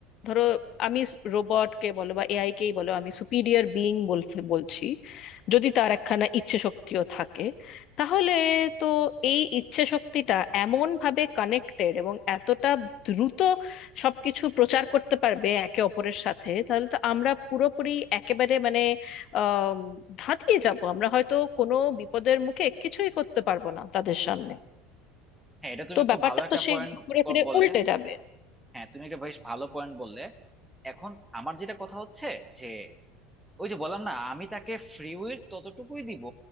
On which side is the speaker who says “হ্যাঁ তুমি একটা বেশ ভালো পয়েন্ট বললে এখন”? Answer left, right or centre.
Centre